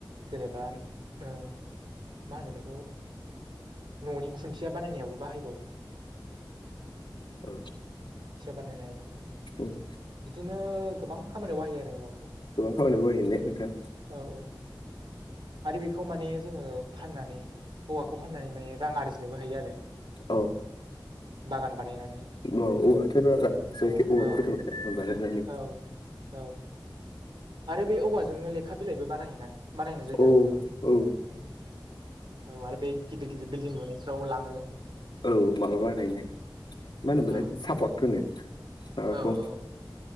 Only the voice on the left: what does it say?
ओ
ओम
गोबां खामानियाव बाहायो ने नोंथां?
औ
औ औवाथ'
<unintelligible>
औ
औ
औ माबाबानायनो मा होनोमोबलाय
सापर्ट होनो माबाखौ